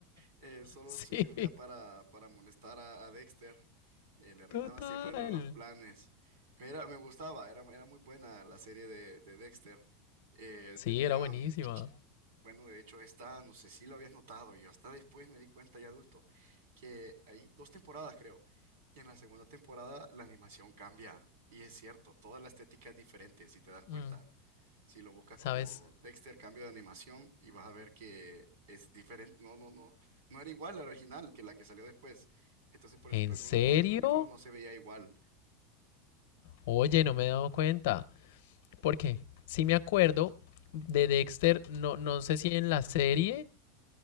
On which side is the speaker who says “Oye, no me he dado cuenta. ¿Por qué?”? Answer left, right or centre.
Left